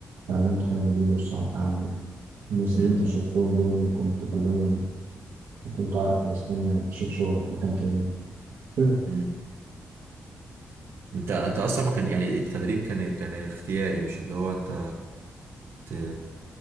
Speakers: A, on the right (about 80°); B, on the right (about 60°).
A: اتعلمت حاجة جديدة اشتغلت عملي الناس
B: امم
A: اللي انت شفتهم دول ممكن تكلمهم ممكن تعرف ناس تانية تشوف شغلك في مكان تاني كده
B: امم انت انت اصلا ما كان يعني التدريب كان كان اختياري مش اللي هو انت ت...